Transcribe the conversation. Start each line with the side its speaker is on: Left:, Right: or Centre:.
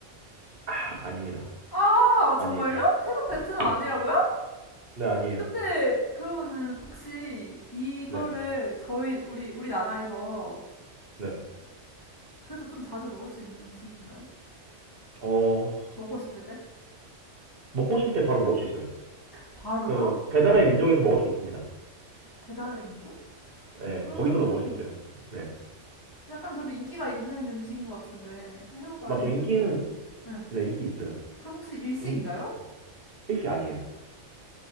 Right: 아, 아닙니다.
Left: 아,
Right: 아니에요.
Left: 정말요? 태국 베트남
Right: 네,
Left: 아니라고요?
Right: 네, 아니에요.
Left: 근데 그러면은 혹시 이거를
Right: 네,
Left: 저희 우리 우리나라에서
Right: 네,
Left: 그래도 좀 자주 먹을 수 있는 음식인가요?
Right: 어.
Left: 먹고 싶을 때?
Right: 먹고 싶을 때 바로 먹을 수 있어요.
Left: 바로요?
Right: 그 배달의 민족에서 먹을 수 있습니다.
Left: 배달의 민족?
Right: 네,
Left: 그러면은
Right: 거기서도 먹을 수 있어요. 네.
Left: 약간 그래도 인기가 있는 음식인 것 같은데 태국 아니고
Right: 맞죠? 인기는
Left: 베트남. 네.
Right: 네 인기 있어요.
Left: 그럼 혹시 일식인가요?
Right: 인 일시 아니에요.